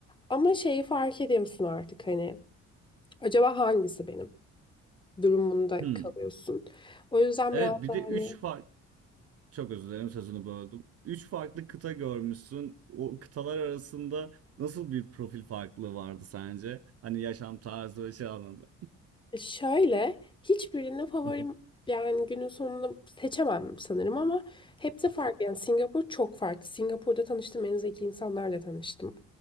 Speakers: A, on the left (about 15°); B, on the right (about 50°).
A: Ama şeyi fark ediyorsun artık hani acaba hangisi benim? durumunda
B: Hı.
A: kalıyorsun. O yüzden
B: Evet
A: biraz
B: bir
A: daha
B: de 3
A: hani
B: fark çok özür dilerim sözünü böldüm. 3 farklı kıta görmüşsün. O kıtalar arasında nasıl bir profil farklılığı vardı sence? Hani yaşam tarzı ve şey anlamında.
A: e, şöyle hiçbirine favorim
B: <laughs>
A: yani günün sonunda seçemem sanırım ama hepsi farklı. Yani Singapur çok farklı. Singapur'da tanıştığım en zeki insanlarla tanıştım.